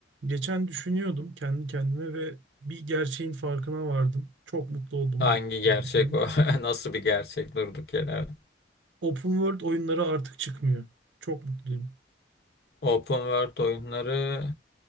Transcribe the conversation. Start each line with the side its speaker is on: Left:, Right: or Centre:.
Right: Geçen düşünüyordum kendi kendime ve bir gerçeğin farkına vardım. Çok mutlu oldum
Left: Hangi
Right: bu gerçeği
Left: gerçek
Right: bulduğumda.
Left: bu? <laughs> Nasıl bir gerçek durduk yere?
Right: Open World oyunları artık çıkmıyor. Çok mutluyum.
Left: Open World oyunları